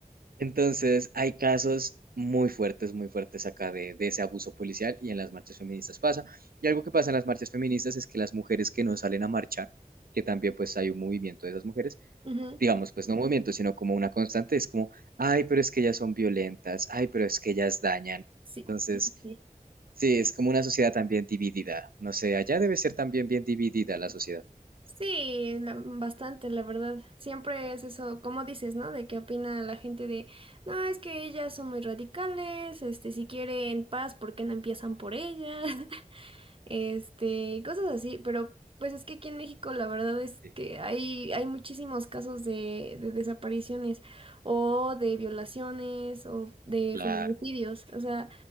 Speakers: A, on the right; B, on the right.
A: Entonces, hay casos muy fuertes, muy fuertes acá de, de ese abuso policial y en las marchas feministas pasa. Y algo que pasa en las marchas feministas es que las mujeres que no salen a marchar, que también pues hay un movimiento de esas mujeres,
B: Ujú.
A: digamos, pues no movimiento, sino como una constante, es como, ay, pero es que ellas son violentas, ay, pero es que ellas dañan.
B: Sí,
A: Entonces,
B: sí, sí.
A: sí, es como una sociedad también dividida. No sé, allá debe ser también bien dividida la sociedad.
B: Sí, la- bastante, la verdad. Siempre es eso, como dices, ¿no? De qué opina la gente de, no, es que ellas son muy radicales, este, si quieren paz, ¿por qué no empiezan por ellas? este, cosas así, pero pues es que aquí en México la verdad es
A: Sí,
B: que hay, hay muchísimos casos de, de desapariciones o de violaciones o de
A: claro,
B: feminicidios, o sea,